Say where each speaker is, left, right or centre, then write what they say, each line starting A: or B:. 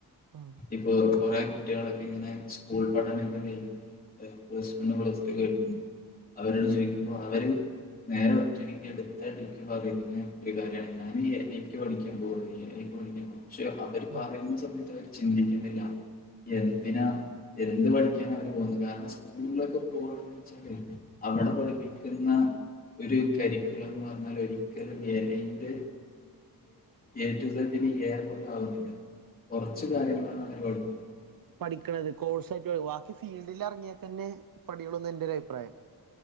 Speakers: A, on the right; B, on the left.
A: ആഹ്
B: ഇപ്പൊ കൊറെ കുട്ടികളൊക്കെ ഇങ്ങനെ സ്കൂൾ പഠനൊക്കെ കഴും പ്ലസ് വൺ പ്ലസ് ടു കയിഞ്ഞ് അവരോട് ചോദിക്കുമ്പോ അവര് നേരെ ഒറ്റടിക്ക് എടുത്തടിക്ക് പറയുന്നു ഒരു കാര്യമാണ് ഞൻ എ ഐ ക്ക് പടിക്കാൻ പോക എ ഐ ക്ക് പഠിക്കാൻ പോ പക്ഷെ അവർ
A: ആഹ്
B: പറയുന്നു യത്ത് അവര് ചിന്തിക്കുന്നില്ല എന്തിനാ എന്ത് പഠിക്കൻ അവര് പോകുന്നത് കാരണം സ്കൂളിലൊക്കെ പോവാണെ അവിടെ പഠിപ്പിക്കുന്ന ഒരു കരിക്കുല എന്ന് പറഞ്ഞാൽ ഒരി ക്കലും എ ഐ ന്റെ ഏ റ്റു സഡന് ഏറ ഒന്നും ആവുന്നില്ല കുറച്ച് കാര്യങ്ങളാണ് അവര് പഠിപ്പുന്നത്
A: പഠിക്കണുന്നത് കോഴ്സ് ആ് ബാക്കി ഫീൽഡിൽ ഇറങ്ങിയാൽ തന്നെ പഠിയുള്ളൂന്ന് എന്റെ ഒരു അഭിപ്രായം